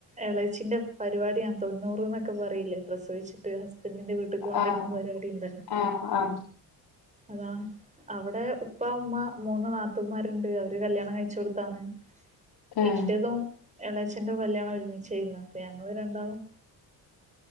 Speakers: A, on the right; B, on the left.
A: എളെച്ചിന്റെ പരിപാടിയാണ് തൊണ്ണൂറ്ന്നൊക്കെ പറയില്ലേ പ്രസവിച്ചി ട്ട് ഹസ്ബന്റിന്റെ വീട്ടിക്ക് കൊണ്ടുവരുന്ന
B: ആഹ്
A: പരിപാടി ഇണ്ടല്ലോ
B: ആഹ് ആഹ്
A: അതാ അവിടെ ഉപ്പ, ഉമ്മ, മൂന്ന് നാത്തൂന്മാരുണ്ട് അവര് കല്യാണം കഴിച്ചോട്ത്താണ്
B: ഏഹ്
A: ഇന്റതും, എളച്ചന്റതും കല്യാണം ഒരുമിച്ചായിരുന്നു അപ്പ ഞങ്ങള് രണ്ടാളും